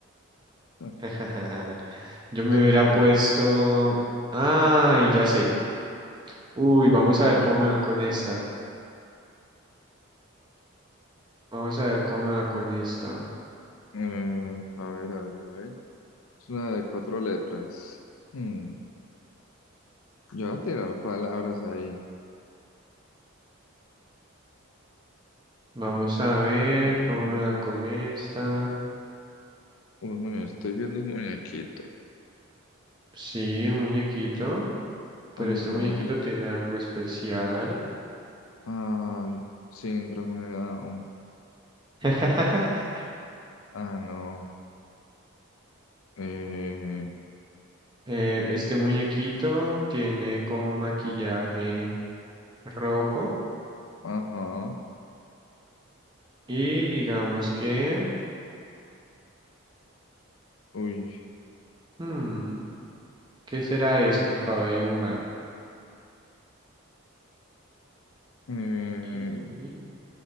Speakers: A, on the left; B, on the right.
A: Ah,
B: <laughs> Yo me
A: eh,
B: hubiera puesto... Ay, ya sé. Uy, vamos
A: uy,
B: a ver cómo me va con esta. Vamos a ver cómo me va con esta.
A: eh, a ver, a ver, a ver. Es una de cuatro letras. Hmm, Yo voy a tirar palabras ahí.
B: Vamos a ver
A: A ver,
B: cómo me va con esta.
A: un muñe- estoy viendo un muñequito.
B: Sí, un muñequito. Pero
A: Ajá.
B: este muñequito tiene algo especial.
A: Ay, síndrome de Down.
B: <laughs>
A: Ah, no. Eh,
B: Eh, este muñequito tiene como maquillaje rojo
A: ajá.
B: y digamos que...
A: Uy.
B: hmm, ¿qué será eso que acabo de dibujar?
A: Eh,
B: Y